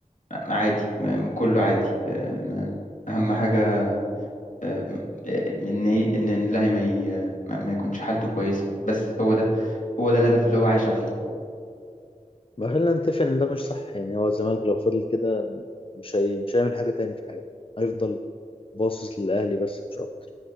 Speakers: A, on the left (about 65°); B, on the left (about 40°).
A: عادي م- كله عادي آه، أهم حاجة آه، إن إن اللاعب ما ي- ما ما يكونش حالته كويسة بس هو ده هو ده الهدف اللي هو عايش عليه
B: ما خلينا نتفق إن ده مش صح يعني هو الزمالك لو فضل كده مش هي... مش هيعمل حاجة تاني في حياته هيفضل باصص للأهلي بس مش أكتر